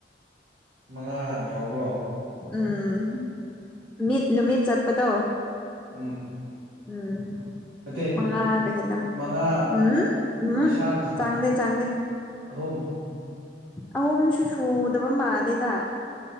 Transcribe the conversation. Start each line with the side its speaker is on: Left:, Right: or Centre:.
Right: ꯃꯉꯥ ꯌꯥꯎꯕ꯭ꯔꯣ
Centre: ꯎꯝ ꯃꯤꯠ ꯅꯨꯃꯤꯠ ꯆꯠꯄꯗꯣ
Right: ꯎꯝ
Centre: ꯎꯝ
Right: ꯅꯠꯇꯦ
Centre: ꯃꯒ
Right: ꯃꯉꯥ
Centre: ꯎꯝ ꯎꯝ
Right: ꯄꯩꯁꯥ
Centre: ꯆꯥꯡꯒꯗ ꯆꯥꯡꯒꯗ
Right: ꯑꯍꯨꯝ
Centre: ꯑꯍꯨꯝꯁꯨ ꯁꯨꯗꯕ ꯃꯥꯜꯂꯦꯗ